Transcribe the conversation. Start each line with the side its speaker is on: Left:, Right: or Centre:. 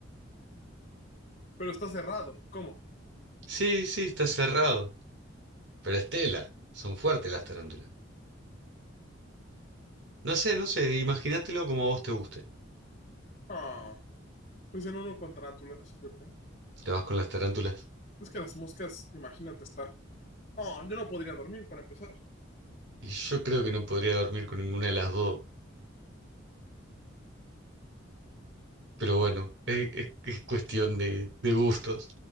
Left: Pero está cerrado. ¿Cómo?
Right: Sí, sí, está cerrado, pero es tela, son fuertes las tarántulas. No sé, no sé, imagínatelo como a vos te guste.
Left: Ah, pues en uno con tarántulas, yo creo.
Right: Te vas con las tarántulas.
Left: Es que las moscas, imagínate estar... No, yo no podría dormir para empezar.
Right: Y yo creo que no podría dormir con ninguna de las dos. Pero bueno, es, es- es cuestión de, de gustos.